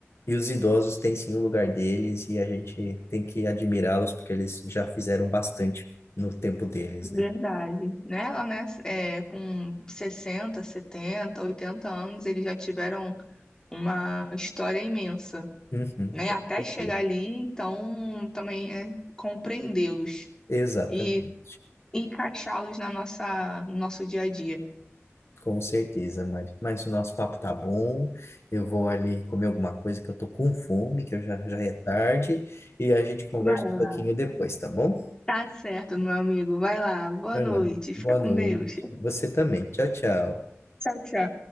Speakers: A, on the left (about 65°); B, on the left (about 15°).
A: e os idosos têm sim o lugar deles e a gente tem que admirá-los porque eles já fizeram bastante no tempo deles,
B: verdade.
A: né?
B: Né? Lá, né, é, com 60, 70, 80 anos, eles já tiveram uma história imensa,
A: Uhum,
B: né?
A: com
B: Até
A: certeza.
B: chegar ali, então também é compreendê-los
A: Exatamente.
B: e encaixá-los na nossa, no nosso dia a dia.
A: Com certeza, Mari. Mas o nosso papo tá bom. Eu vou ali comer alguma coisa que eu tô com fome, que eu já, já é tarde, e a gente conversa
B: Vai lá.
A: um pouquinho depois, tá bom?
B: Tá certo, meu amigo. Vai lá. Boa
A: Vai
B: noite.
A: lá.
B: Fica
A: Boa
B: com
A: noite.
B: Deus. <laughs>
A: Você também. Tchau, tchau.
B: Tchau, tchau.